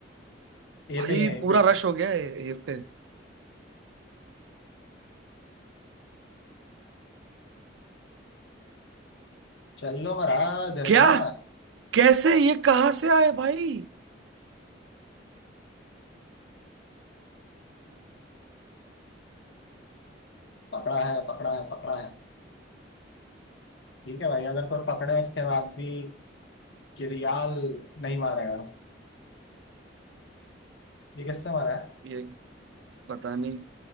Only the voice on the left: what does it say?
ए
पे ही है ए
पे ही है
चल लो महाराज अरे
ना
पकड़ा है पकड़ा है पकड़ा है ठीक है भाई अगर कोई पकड़े उसके बाद भी किरियाल नहीं मारेगा ये किससे मारा है